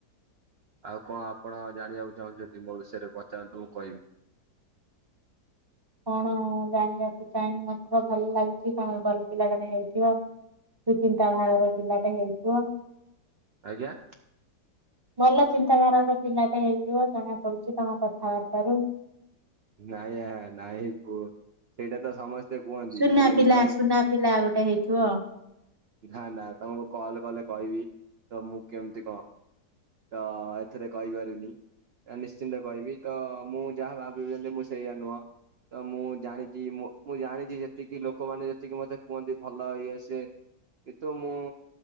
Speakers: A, on the right; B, on the right.
A: ଆଉ କଣ ଆପଣ ଜାଣିବାକୁ ଚାହୁଁଚନ୍ତି ମୋ ବିଷୟରେ ପଚାରନ୍ତୁ ମୁଁ କହିବି।
B: କଣ ଜାଣିବାକୁ ଚାହିଁବି ମତେ ତ ଭଲ ଲାଗୁଛି ତମେ ଭଲ ପିଲା ମାନେଜଣେ ହେଇଥିବ। ସେ ଚିନ୍ତାଧାରାର ପିଲାଟେ ହେଇଥିବ।
A: ଆଜ୍ଞା।
B: ଭଲ ଚିନ୍ତାଧାରାର ପିଲାଟେ ହେଇଥିବ ଜଣା ପଡୁଚି ତମ କଥାବାର୍ତ୍ତା ରୁ।
A: ନାଇଁ ନାଇଁ ସେଇଟା ତ ସମସ୍ତେ କୁହନ୍ତି
B: ସୁନା
A: ହେଲେ
B: ପିଲା
A: ମୁଁ ତମକୁ
B: ସୁନା ପିଲା ଗୋଟେ ହେଇଥିବ।
A: ନା ନା ତମକୁ କଲ କଲେ କହିବି ତ ମୁଁ କେମିତି କଣ। ତ ଏଥିରେ କହିପାରୁନି ନିଶ୍ଚିନ୍ତ କହିବି ତ ମୁଁ ଯାହା ଭା ଭାବୁଚନ୍ତି ମୁଁ ସେଇ ଆ ନୁହଁ। ତ ମୁଁ ଜାଣିଛି ମୁଁ ଜାଣିଛି ଯେତିକି ଲୋକମାନେ ଯେତିକି ମତେ କୁହନ୍ତି ଭଲ ଇଏ ସିଏ କିନ୍ତୁ ମୁଁ